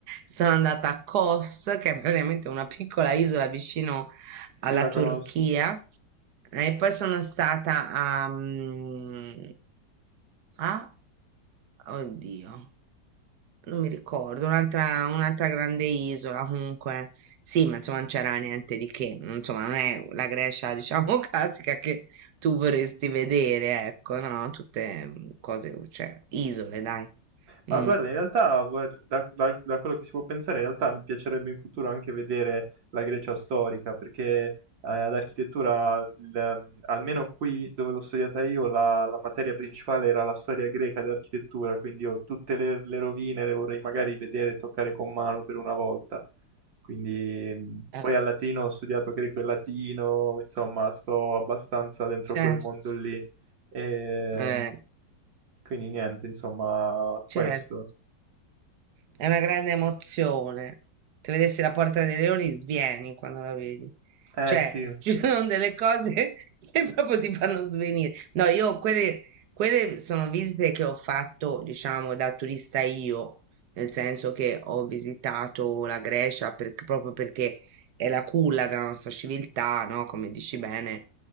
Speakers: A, on the right (about 60°); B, on the right (about 85°).
A: sono andata a Kos, che è praticamente una piccola isola vicino
B: Sì,
A: alla
B: la
A: Turchia,
B: conosco.
A: e poi sono stata a... mm, Ah, oddio, non mi ricordo, un'altra un'altra grande isola comunque. Sì, ma insomma non c'era niente di che, non- insomma non è la Grecia, diciamo, <laughs> classica che tu vorresti vedere, ecco, no? Tutte mm, cose, cioè, isole, dai.
B: Ma
A: Mm.
B: guarda, in realtà, guard- da, da- da quello che si può pensare, in realtà mi piacerebbe in futuro anche vedere la Grecia storica, perché eh, ad architettura, il- ehm, almeno qui dove l'ho studiata io, la, la materia principale era la storia greca dell'architettura, quindi io tutte le, le rovine le vorrei magari vedere e toccare con mano per una volta. Quindi, mh,
A: Eh,
B: poi al latino ho studiato greco e latino, insomma, sto abbastanza dentro
A: certo,
B: quel mondo lì. E,
A: eh,
B: quindi niente, insomma,
A: certo.
B: questo.
A: È una grande emozione. Se vedessi la Porta dei Leoni, svieni quando la vedi.
B: Eh
A: Cioè,
B: sì,
A: <laughs> ci sono delle cose <laughs> che proprio ti fanno svenire. No, io quelle, quelle sono visite che ho fatto, diciamo, da turista io, nel senso che ho visitato la Grecia perché- proprio perché è la culla della nostra civiltà, no? Come dici bene,